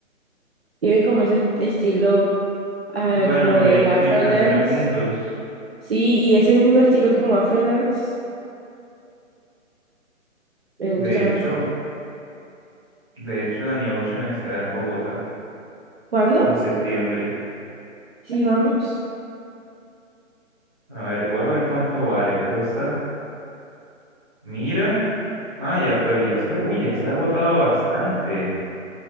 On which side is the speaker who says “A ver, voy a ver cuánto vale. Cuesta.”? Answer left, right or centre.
Right